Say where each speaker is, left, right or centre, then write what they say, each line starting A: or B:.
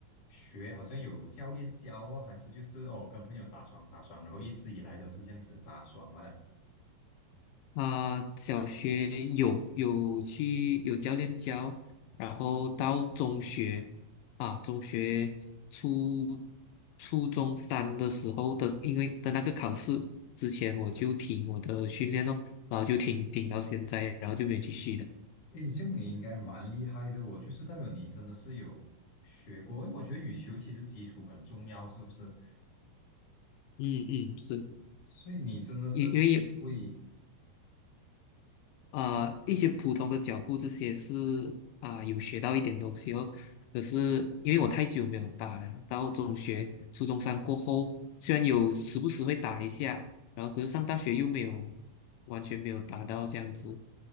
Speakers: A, on the left (about 50°); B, on the left (about 85°).
A: 学，好像有教练教哦，还是就是哦跟朋友打双打双，然后一直以来都是这样子打双嘛了。
B: 啊、小学有有去有教练教，然后到中学啊，中学初初中三的时候的，因为的那个考试之前我就停我的训练咯，然后就停停到现在，然后就没有继续的。
A: 诶，这个你应该蛮厉害的哦，就是代表你真的是有学过，因为我觉得羽球其实基础很重要，是不是？
B: 嗯嗯，是
A: 所以你真的是会
B: 因因为啊、一些普通的脚步这些是啊、有学到一点东西哦。可是因为我太久没有打了，到中学、初中三过后，虽然有时不时会打一下，然后可是上大学又没有完全没有打到这样子，